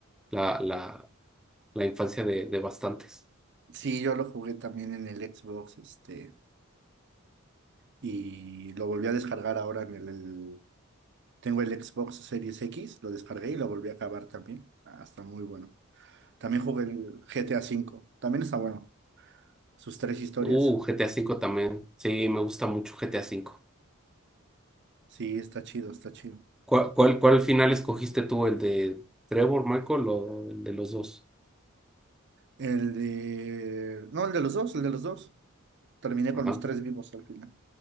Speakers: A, in the centre; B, on the right (about 55°).
A: la, la, la infancia de, de bastantes.
B: sí, yo lo jugué también en el Xbox, este, y lo volví a descargar ahora en el, el- Tengo el Xbox Series X, lo descargué y lo volví a acabar también. Ah, está muy bueno. También jugué el GTA cinco, también está bueno. Sus tres historias.
A: Uh, GTA V también. Sí, me gusta mucho GTA V.
B: Sí, está chido, está chido.
A: ¿Cuál, cuál, cuál final escogiste tú? ¿El de Trevor, Michael o el de los dos?
B: El de... No, el de los dos, el de los dos. Terminé
A: Ajá.
B: con los tres vivos al final.